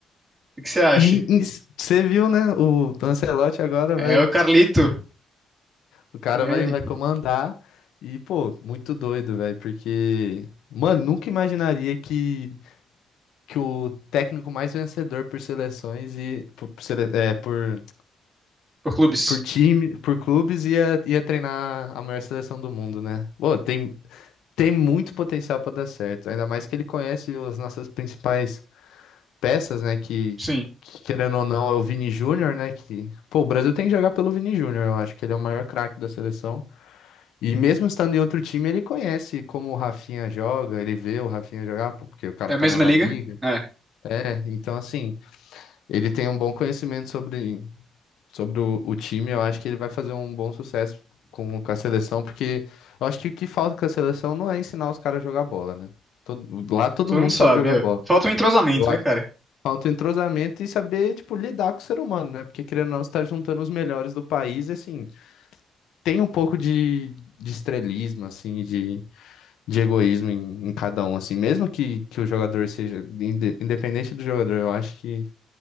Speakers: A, on the right (about 25°); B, on the left (about 80°).
A: O que que você acha?
B: E e você viu, né? O Ancelotti agora
A: É
B: vai.
A: o Carlito,
B: O cara
A: grande,
B: vai, vai comandar. E, pô, muito doido, velho. Porque. Mano, nunca imaginaria que, que o técnico mais vencedor por seleções e. Por, por sele- é, por
A: por clubes.
B: por time, por clubes, ia, ia treinar a maior seleção do mundo, né? Pô, tem, tem muito potencial para dar certo. Ainda mais que ele conhece as nossas principais peças, né? Que,
A: Sim.
B: que, querendo ou não, é o Vini Júnior, né? Que, pô, o Brasil tem que jogar pelo Vini Júnior, eu acho que ele é o maior craque da seleção. E mesmo estando em outro time, ele conhece como o Rafinha joga, ele vê o Rafinha jogar, pô, porque o cara
A: É
B: tá
A: a mesma
B: na La
A: liga?
B: Liga,
A: É.
B: né? Então, assim, ele tem um bom conhecimento sobre sobre o, o time, eu acho que ele vai fazer um bom sucesso com, com a seleção, porque eu acho que o que falta com a seleção não é ensinar os caras a jogar bola, né? Todo- lá todo
A: Todo
B: mundo
A: mundo sabe,
B: sabe jogar
A: ó.
B: bola.
A: Falta um entrosamento,
B: Eu,
A: né,
B: a-
A: cara?
B: falta o entrosamento e saber, tipo, lidar com o ser humano, né? Porque querendo ou não, você tá juntando os melhores do país, e, assim, tem um pouco de, de estrelismo, assim, de, de egoísmo em, em cada um, assim. Mesmo que, que o jogador seja, inde- independente do jogador, eu acho que